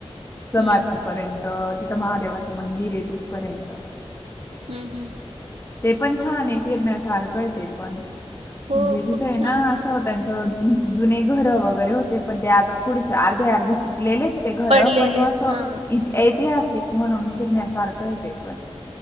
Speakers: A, on the left (about 25°); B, on the right (about 75°).
A: समाधीपर्यंत,
B: हम्म
A: तिथं महादेवाचं मंदिर आहे. तिथपर्यंत-'
B: हम्म्, हम्म्
A: ते, पण छान आहे. फिरण्यासारखं आहे. ते पण,
B: हो
A: म्हणजे तिथे
B: खूप
A: आहे
B: छान
A: ना असं होतय जुने घर वगैरे होते पण ते आता थोडेसे अर्धे अर्धे तुटलेले ते घर
B: पडलेले
A: पण म असं
B: हा
A: ऐतिहासिक म्हणून फिरण्यासारखं येत पण